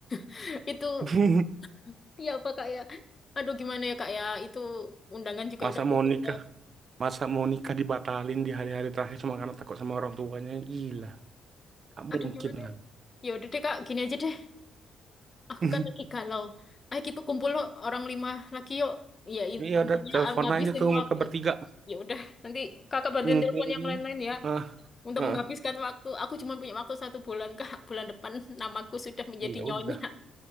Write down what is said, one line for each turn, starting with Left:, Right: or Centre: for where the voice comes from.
Left: <laughs> Itu
Right: <laughs>
Left: ya apa, Kak ya? Aduh, gimana ya, Kak ya? Itu undangan juga
Right: Masa
Left: udah bocor.
Right: mau nikah, masa mau nikah dibatalin di hari-hari terakhir cuma karena takut sama orang tuanya. Gila, gak
Left: Aduh,
Right: mungkin
Left: gimana?
Right: kan.
Left: ya? Ya udah deh, Kak, gini aja deh. Aku
Right: <laughs>
Left: kan lagi galau. Ayo kita kumpul loh, orang lima lagi yuk. Ya in-
Right: Ya
Left: intinya
Right: udah telepon
Left: ah, ngabisin
Right: aja tuh mereka
Left: waktu.
Right: bertiga
Left: Ya udah, nanti Kakak bantuin
Right: mumpung
Left: telepon
Right: ini.
Left: yang lain-lain ya.
Right: Ah,
Left: Untuk
Right: ah.
Left: menghabiskan waktu, aku cuma punya waktu satu bulan, Kak. Bulan depan <laughs> namaku sudah menjadi
Right: Iya udah.
Left: nyonya.